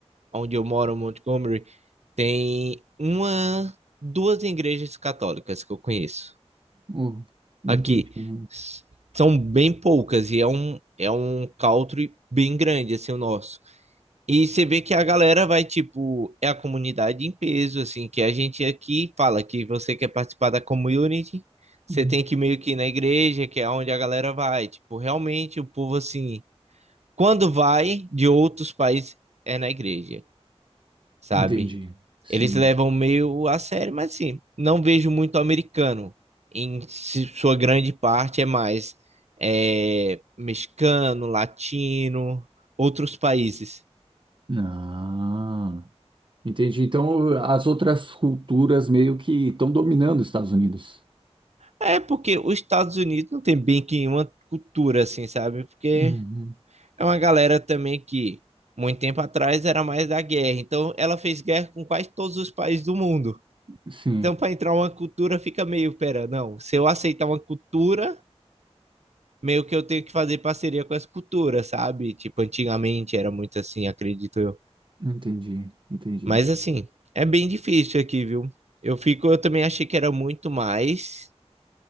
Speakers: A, on the right; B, on the right.
A: onde eu moro, Montgomery, tem uma, duas igrejas católicas que eu conheço.
B: Oh, entendi.
A: Aqui S- são bem poucas e é um é um country bem grande assim o nosso. E você vê que a galera vai tipo, é a comunidade em peso assim, que a gente aqui fala que você quer participar da community, você
B: Hum,
A: tem que meio que ir na igreja, que é onde a galera vai, tipo, realmente o povo assim quando vai de outros países, é na igreja, sabe?
B: Entendi. Sim.
A: Eles levam meio a sério, mas assim, não vejo muito americano. Em si- sua grande parte é mais é, mexicano, latino, outros países.
B: Ah, entendi. Então, as outras culturas meio que estão dominando os Estados Unidos.
A: É porque os Estados Unidos não tem bem que uma cultura assim, sabe? Porque
B: Uhum.
A: é uma galera também que muito tempo atrás era mais da guerra. Então ela fez guerra com quase todos os países do mundo.
B: Sim,
A: Então, para entrar uma cultura, fica meio, pera, não. Se eu aceitar uma cultura, meio que eu tenho que fazer parceria com as culturas, sabe? Tipo, antigamente era muito assim, acredito eu.
B: entendi, entendi.
A: Mas assim, é bem difícil aqui, viu? Eu fico, eu também achei que era muito mais